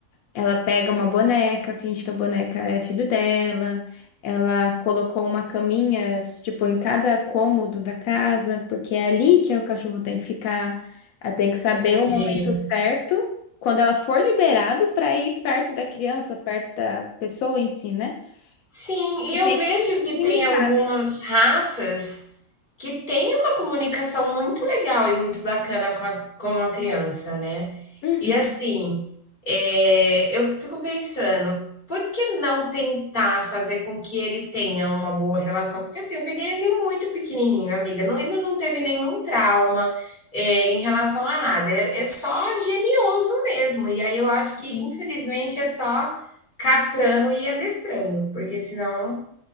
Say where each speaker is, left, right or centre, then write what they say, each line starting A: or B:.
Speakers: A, on the left (about 80°); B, on the left (about 35°).
A: Ela pega uma boneca, finge que a boneca é filho dela. Ela colocou uma caminha, tipo, em cada cômodo da casa, porque é ali que o cachorro tem que ficar. Ela tem que saber
B: Entendi.
A: o momento certo, quando ela for liberado, para ir perto da criança, perto da pessoa em si, né?
B: Sim, e
A: E
B: eu
A: tem
B: vejo
A: que
B: que
A: limitar,
B: tem algumas
A: né?
B: raças que tem uma comunicação muito legal e muito bacana com a, com a criança, né?
A: Uhum.
B: E assim, é, eu fico pensando, por que não tentar fazer com que ele tenha uma boa relação? Porque assim, eu peguei ele muito pequenininho, amiga, não, ele não teve nenhum trauma é, em relação a nada, é, é só genioso mesmo. E aí eu acho
A: Sim.
B: que, infelizmente, é só castrando e adestrando, porque senão.